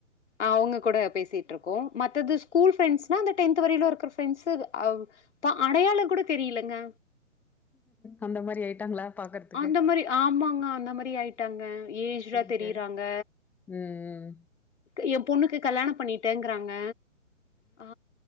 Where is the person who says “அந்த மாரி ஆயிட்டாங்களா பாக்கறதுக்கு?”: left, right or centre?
Centre